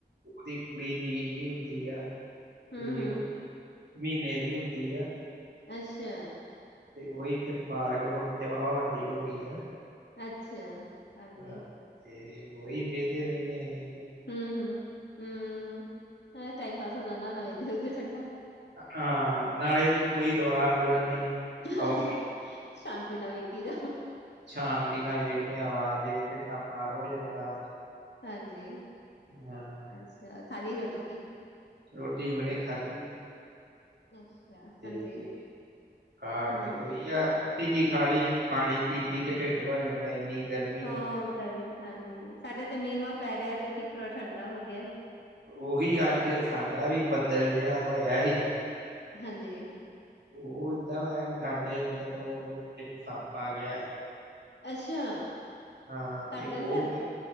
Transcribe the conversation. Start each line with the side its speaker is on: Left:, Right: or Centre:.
Right: ਦੀ ਕੁੜੀ ਨਿੱਕੀ ਜਿਹੀ ਹੁੰਦੀ ਆ
Left: ਹੂੰ-ਹੂੰ,
Right: ਕਰੀਬ ਮਹੀਨੇ ਦੀ ਹੁੰਦੀ ਆ।
Left: ਅੱਛਾ
Right: ਤੇ ਉਹੀ ਫਿਰ ਪਾਰਕ ਹੁਣ ਤੇ ਵਾਹਵਾ ਵੱਡੀ ਹੋ ਗਈ ਆ।
Left: ਅੱਛਾ ਹਾਂਜੀ,
Right: ਹਾਂ ਤੇ ਉਹੀ ਵੇਂਦੇ ਰਹਿੰਦੇ ਅਹੀ
Left: ਹੂੰ-ਹੂੰ-ਹੂੰ ਸਾਰਾ ਟਾਈਮ ਪਾਸ ਹੋ ਜਾਂਦਾ ਹੋਣਾ ਇਧਰ ਉਧਰ ਚੰਗਾ
Right: ਹਾਂ ਨਾਲੇ ਕੋਈ ਰੌਲਾ ਰੂਲਾ ਨਹੀਂ ਹਵਾ
Left: ਅੱਛਾ, ਸ਼ਾਂਤੀ ਨਾਲ ਵੇਖੀ ਜਾਉ।
Right: ਸ਼ਾਂਤੀ ਨਾਲ ਵੇਖਦੇ ਹ ਆਵਾਜ਼ ਇੱਕ ਘੰਟਾ ਪਾਰ ਹੋ ਜਾਂਦਾ।
Left: ਹਾਂਜੀ
Right: ਹਾਂ
Left: ਅੱਛਾ ਖਾ ਲਈ ਰੋਟੀ ਰੁਟੀ
Right: ਰੋਟੀ ਹੁਣੇ ਖਾਧੀ ਹੈ।
Left: ਅੱਛਾ
Right: ਤੇ
Left: ਹਾਂਜੀ,
Right: ਖਾ
Left: ਹੂੰ।
Right: ਕੇ ਤੇ ਉਹੀ ਆ ਰੋਟੀ ਕੀ ਖਾ ਲੀ ਪਾਣੀ ਪੀ-ਪੀ ਕੇ ਢਿੱਡ ਭਰ ਜਾਂਦਾ ਇੰਨੀ ਗਰਮੀ
Left: ਹਾਂ
Right: ਆ।
Left: ਗਰਮੀ ਹਾਂਜੀ ਸਾਡੇ ਤੇ ਮੀਂਹ ਮਾਂ ਪੈ ਰਿਹਾ ਤੇ ਠੀਕ ਥੋੜ੍ਹਾ ਠੰਡਾ ਹੋ ਗਿਆ।
Right: ਉਹੀ ਅੱਜ ਸਾਡਾ ਵੀ ਬਦਲ ਜਿਹਾ ਹੋਇਆ ਹੀ।
Left: ਹਾਂਜੀ
Right: ਉਹ ਏਦਾਂ ਹੋਇਆ ਕਿ ਸਾਡੇ ਅੰਦਰ ਉਹ ਇੱਕ ਸੱਪ ਆ ਗਿਆ ਸੀ।
Left: ਅੱਛਾ।
Right: ਹਾਂ
Left: ਘਰ
Right: ਤੇ ਉਹ
Left: ਦੇ ਅੰਦਰ,
Right: ਫਿਰ